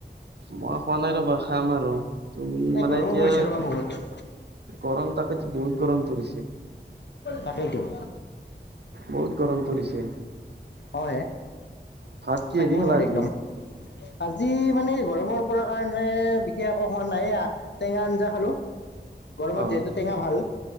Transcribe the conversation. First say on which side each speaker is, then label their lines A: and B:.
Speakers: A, on the right (about 65°); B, on the left (about 70°).
A: মই খোৱা নাই ৰবা খাম আৰু তুমি
B: এই
A: মানে
B: গৰমো
A: এতিয়া
B: পৰিছে ৰ'বা
A: কি
B: বহুত
A: গৰম তাকেতো বহুত গৰম পৰিছে
B: তাকেইতো
A: বহুত গৰম পৰিছে
B: অঁ হে
A: ভাত কিহে
B: থাকিব
A: দি
B: নোৱাৰি
A: ভাজি
B: একদম আজি মানে গৰমৰ পৰা কাৰণে বিশেষ একো হোৱা নাই টেঙা আঞ্জা খালোঁ গৰমত
A: অ
B: যিহেতু টেঙা ভাল